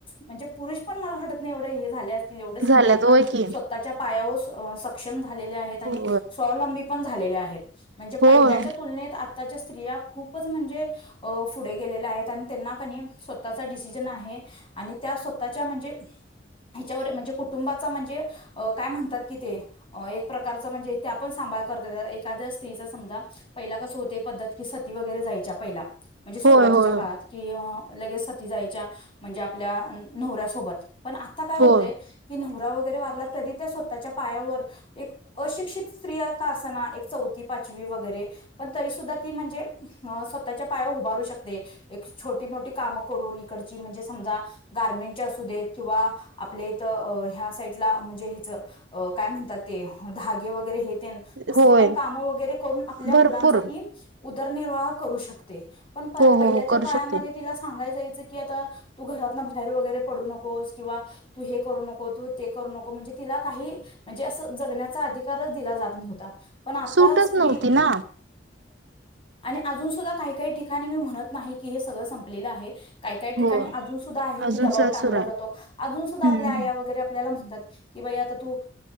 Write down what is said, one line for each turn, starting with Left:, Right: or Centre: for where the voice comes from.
Left: म्हणजे पुरुष पण मला वाटत नाही एवढे हे झाले असतील, एवढ्या स्त्रिया
Right: झाल्यात
Left: आता
Right: होय की
Left: स्वतःच्या पायावर सक्षम झालेल्या आहेत आणि
Right: होय
Left: स्वावलंबी पण झालेल्या आहेत. म्हणजे
Right: होय
Left: पहिल्याच्या तुलनेत आताच्या स्त्रिया खूपच म्हणजे पुढे गेलेल्या आहेत आणि त्यांना कनी स्वतःचा डिसिजन आहे. आणि त्या स्वतःच्या म्हणजे ह्याच्यावर म्हणजे कुटुंबाचा म्हणजे काय म्हणतात की ते एक प्रकारं म्हणजे तेे आपण स एखाद्या स्त्रीचा समजा पहिला कसं होते पद्धत कि सती वगैरे जायच्या. पहिला म्हणजे सुरुवातीच्या
Right: होय होय होय
Left: काळात, कि लगेच सती जायच्या म्हणजे आपल्या नवऱ्यासोबत. पण आता काय होतय
Right: होय
Left: की नवरा वगैरे वारला तरी त्या स्वतःच्या पायावर एक अशिक्षित स्त्रिया का असना एक चौथी पाचवी वगैरे पण तरी सुद्धा ती म्हणजे स्वतःच्या पाया उभारू शकते. एक छोटी मोठी कामं करून इकडची म्हणजे समजा गारमेंटच्या असू देत किंवा आपल्या इथं ह्या साईटला म्हणजे हेच काय म्हणतात ते धागे वगैरे हे तसली
Right: होय
Left: पण काम वगैरे करून आपल्या
Right: भरपूर
Left: मुलांचा ती उदरनिर्वाह करू शकते. पण पहिल्याच्या
Right: हो हो हो करू
Left: काळामध्ये
Right: शकते
Left: तिला सांगाय जायचं की आता तू घरातन बाहेर वगैरे पडु नकोस किंवा तु हे करू नको, तु ते करू नको म्हणजे तिला काही म्हणजे जगण्याचा अधिकारच दिला जात नव्हता पण आता
Right: सूटच
Left: स्त्री
Right: नव्हती ना
Left: अजून सुधा काही काही ठिकाणी मी म्हणत नाही की हे सगळ संपलं आहे काही-काही ठिकाणी
Right: हो
Left: अजून सुद्धा आहे
Right: अजून
Left: की दबाव
Right: ससुर
Left: टाकला
Right: आहे
Left: जातो अजून सुद्धा आपल्या
Right: हम्म
Left: आया वगैरे आपल्या ला म्हणातात की बाई आ तू